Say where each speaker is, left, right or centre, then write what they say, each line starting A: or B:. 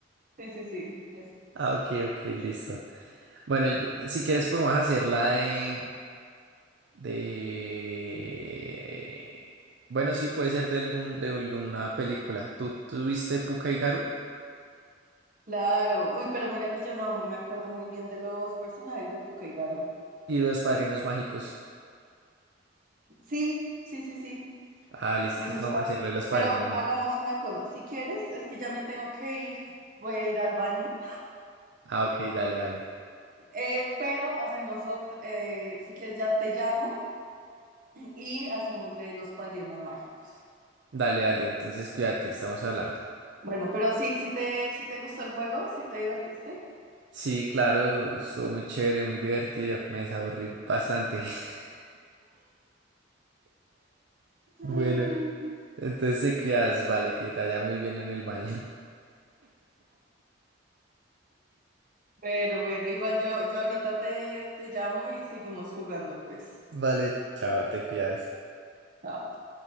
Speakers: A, on the right; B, on the right.
A: Sí, sí, sí. es-
B: Ah, ok, ok, listo. Bueno, yo- si quieres podemos hacer la de, de... Bueno, sí, puede ser de algún, de alguna película. ¿Tú, tú viste Pucca y Garu?
A: Claro. Uy, pero mira que yo no me acuerdo muy bien de los personajes de Pucca y Garu.
B: Y Los Padrinos Mágicos.
A: Sí, sí, sí, sí.
B: Ah, listo,
A: Me gusta.
B: entonces vamos a hacerlo de Los Padrinos
A: Pero
B: Mágicos.
A: hagamos una cosa. Si quieres, es que ya me tengo que ir. Voy a ir al baño.
B: Ah, ok, dale, dale.
A: Eh, pero hacemos otra. eh, si quieres, ya te llamo y hacemos de los padrinos mágicos.
B: Dale, dale, entonces cuídate, estamos hablando.
A: Bueno, pero si, si te, si te gustó el juego, si te divertiste.
B: Sí, claro, estuvo muy chévere, muy divertido, me desaburrí bastante. <laughs> Bueno,
A: Ay.
B: entonces te cuidas, vale, que te vaya muy bien en el baño. <laughs>
A: Pero bueno, igual yo, yo ahorita te, te llamo y seguimos jugando, pues.
B: Vale, chao, te cuidas.
A: Chao.